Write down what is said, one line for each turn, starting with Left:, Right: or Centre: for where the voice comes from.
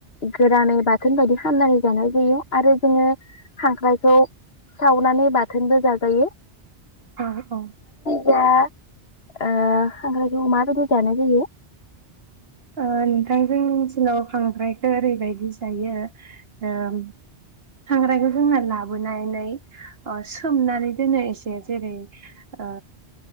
Left: गोरानै बाथोन बायदि फाननानै जानाय जायो आरो जोङो खांख्रायखौ सावनानै बाथोनबो जाजायो।
Right: औ औ
Left: दा ओ खांख्रायखौ माबायदि जानाय जायो?
Right: ओ नोंथां जों थिङाव खांख्रायखौ ओरैबायदि जायो ओम खांख्रायखौ जोंना लाबोनानै सोमनानै दोनो एसे जेरै ओ